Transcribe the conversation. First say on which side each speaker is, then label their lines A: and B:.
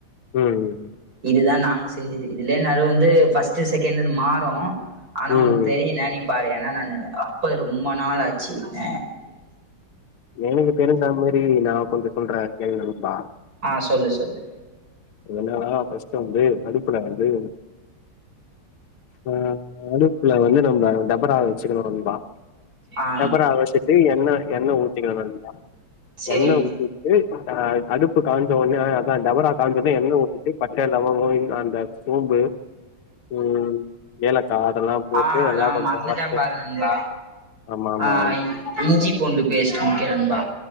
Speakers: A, on the left (about 90°); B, on the right (about 45°).
A: ம்
B: இதுதா நாங்க செஞ்சுது இதுலேனாலு வந்து பஸ்ட்டு செகண்ட்ன்னு மாறூ ஆனா
A: ம்
B: உனக்
A: ம்
B: தெரியுனா நீப்பாரு ஏனா நானு அப்ப ரொம்ப நாளாச்சு ஏ
A: எனக் தெரிந்த மாரி நா கொஞ்ச சொல்றே கேளு நண்பா
B: ஆ சொல்லு சொல்லு
A: அது என்னனா பஸ்ட் வந்து அடுப்புல வந்து ஆ அடுப்புல வந்து நம்ம டபரா வெச்சுக்கணு நண்பா
B: ஆ
A: டபுரா வெச்சிட்டு எண்ணெய் எண்ணெ ஊத்திக்கணு நண்பா
B: செரி
A: எண்ண ஊத்தி ஹ அடுப்பு காஞ்ச உனே அதா டபரா காஞ்சோன எண்ண ஊத்திட்டு பட்ட லவங்கோ அந்த சோம்பு ம் ஏலக்கா அதெல்லா போட்டு
B: ஆ
A: நல்லா
B: நா
A: கொஞ்சம்
B: மறந்துட்டே
A: வறத்து
B: பாரு நண்பா
A: ஆமா ஆமா
B: ஆ இஞ்சி பூண்டு பேஸ்ட்டு முக்கியம் நண்பா